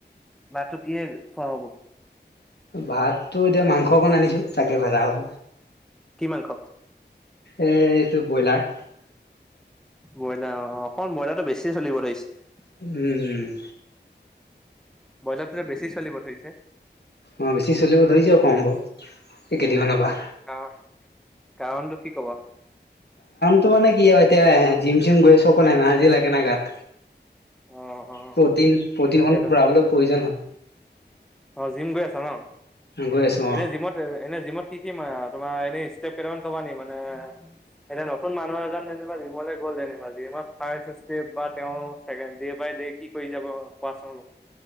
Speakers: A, in the centre; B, on the left.
A: মাহটো কিহে খোৱা হ'ব
B: ভাতটো এতিয়া মাংস অকণ আনিছোঁ তাকে ভজা হ'ব।
A: কি মাংস?
B: এ এইটো ব্ৰইলাৰ।
A: ব্ৰইলাৰ অ অকমান ব্ৰইলাৰটো বেছি চলিব <unintelligible>
B: উম উম,
A: বইলাৰ খেল বেছি চলিব ধৰিছে।
B: অ বেছি চলিব ধৰিছো কম বাৰ এই কেইদিনমানৰ পৰা।
A: কাৰ কাৰণটো কি কব।
B: ত মানে কি হয় এতিয়া জিম চিম গৈ আছো অকণ এনাৰজি লাগে না গাত।
A: অ অ
B: প্ৰটিন প্ৰটিনখন
A: সেইটো
B: ভৰাবলে প্ৰয়োজন হয়।
A: অ জিম গৈ আছা ন
B: গৈ আছো
A: এনে জিমত এ এনে জিমত কি কি মাৰা, এনেই ষ্টেপ কেইটামান কবানি মানে এতিয়া নতুন মানুহ এজন যেনিবা জিমলে গ'ল যেনিবা জিম, ফাৰ ষ্টেপ বা তেওঁকে ডে বাই ডে কি কৰি যাব কোৱাচন,